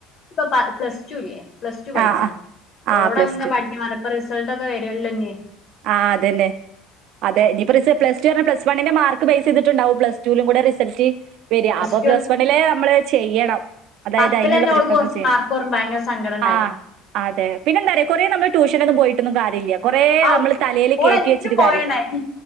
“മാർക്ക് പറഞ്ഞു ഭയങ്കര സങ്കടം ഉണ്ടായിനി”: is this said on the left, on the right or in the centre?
Left